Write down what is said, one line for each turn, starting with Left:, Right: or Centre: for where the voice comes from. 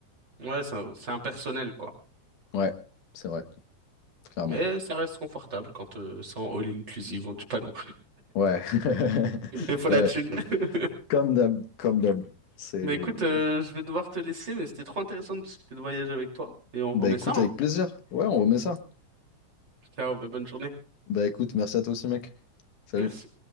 Right: Ouais, ça- c'est impersonnel, quoi.
Left: Ouais, c'est vrai, clairement.
Right: Mais ça reste confortable quand euh, c'est en all inclusive, on dit pas non.
Left: Ouais, <laughs>
Right: <laughs> Mais faut
Left: ouais.
Right: la thune. <laughs>
Left: Comme d'hab, comme d'hab. C'est...
Right: Mais écoute, euh, je vais devoir te laisser, mais c'était trop intéressant de discuter de voyage avec toi. Et on
Left: Bah
Right: remet
Left: écoute,
Right: ça, hein.
Left: avec plaisir. Ouais, on remet ça.
Right: Ciao, bah, bonne journée.
Left: Bah écoute, merci à toi aussi, mec. Salut.
Right: Merci.